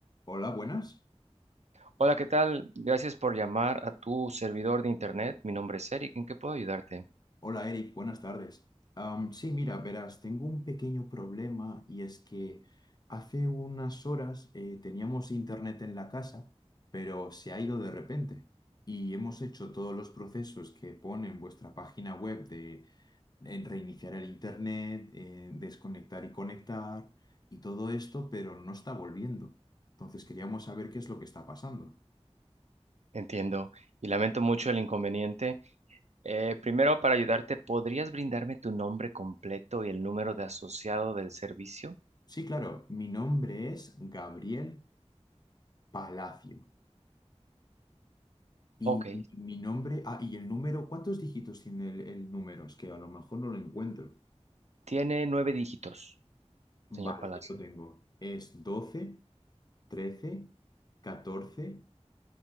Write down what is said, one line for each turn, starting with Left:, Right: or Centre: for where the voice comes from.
Left: Hola, buenas.
Right: Hola, ¿qué tal? Gracias por llamar a tu servidor de internet. Mi nombre es Eric. ¿En qué puedo ayudarte?
Left: Hola, Eric, buenas tardes. Am, sí, mira, verás, tengo un pequeño problema y es que hace unas horas eh, teníamos internet en la casa, pero se ha ido de repente y hemos hecho todos los procesos que pone en vuestra página web de en reiniciar el internet, eh, desconectar y conectar y todo esto, pero no está volviendo. Entonces queríamos saber qué es lo que está pasando.
Right: Entiendo y lamento mucho el inconveniente. Eh, primero, para ayudarte, ¿podrías brindarme tu nombre completo y el número de asociado del servicio?
Left: Sí, claro, mi nombre es Gabriel Palacio. Y,
Right: Ok,
Left: y mi nombre, ah, y el número, ¿cuántos dígitos tiene el, el número? Es que a lo mejor no lo encuentro.
Right: tiene nueve dígitos, señor
Left: Vale,
Right: Palacio.
Left: yo lo tengo. Es doce trece catorce